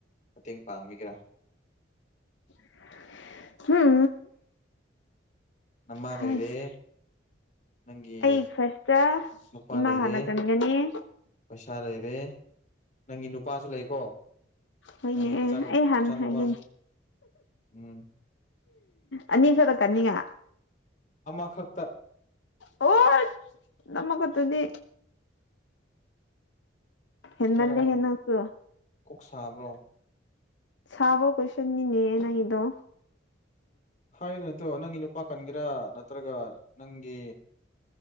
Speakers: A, on the left; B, on the left.
A: ꯃꯇꯦꯡ ꯄꯥꯡꯕꯤꯒꯦꯔꯥ <inaudible>
B: <unintelligible>
A: ꯅꯃꯥ
B: ꯍꯥꯏꯁ
A: ꯂꯩꯔꯦ ꯅꯪꯒꯤ
B: ꯑꯩ ꯐꯥꯔꯁꯇ
A: ꯃꯄꯥ
B: ꯏꯃꯥ
A: ꯂꯩꯔꯦ
B: ꯍꯥꯟꯅ ꯀꯟꯒꯅꯤ
A: ꯄꯩꯁꯥ ꯂꯩꯔꯦ ꯅꯪꯒꯤ ꯅꯨꯄꯥꯁꯨ ꯂꯩꯀꯣ
B: ꯍꯣꯏꯅꯦ
A: ꯅꯪꯒꯤ ꯅꯆꯥ
B: ꯑꯦ ꯑꯩ ꯍꯥꯟꯅ
A: ꯅꯆꯥꯅꯨꯄꯥ
B: ꯍꯥꯏꯒꯦꯅꯦ
A: ꯅꯠꯇꯦ ꯎꯝ
B: ꯑꯅꯤ ꯀꯅꯤꯡꯉꯥ
A: ꯈꯛꯇ
B: ꯑꯣ ꯅꯝꯃꯈꯠꯇꯨꯗꯤ ꯍꯦꯟꯃꯟ
A: ꯍꯥꯏꯔꯛꯑꯣ
B: ꯂꯦ ꯍꯦ ꯅꯪꯁꯨ
A: ꯀꯣꯛ ꯁꯥꯕ꯭ꯔꯣ
B: ꯁꯥꯕ ꯀꯣꯏꯁꯟꯅꯤꯅꯦ ꯅꯪꯒꯤꯗꯣ
A: ꯍꯥꯏꯌꯨꯅꯇꯣ ꯅꯪꯒꯤ ꯅꯨꯨꯄꯥ ꯀꯟꯒꯦꯔꯥ ꯅꯠꯇ꯭ꯔꯒ ꯅꯪꯒꯤ